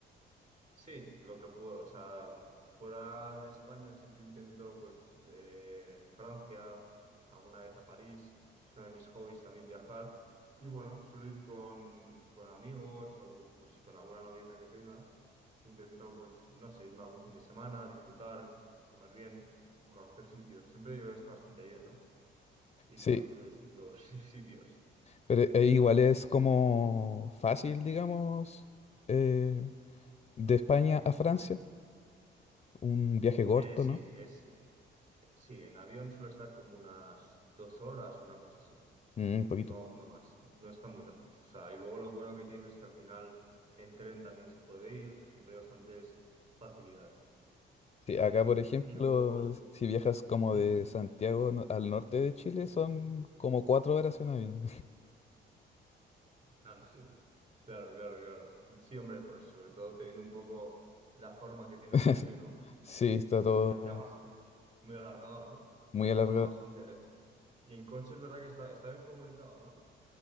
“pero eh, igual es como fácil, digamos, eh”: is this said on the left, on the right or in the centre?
Left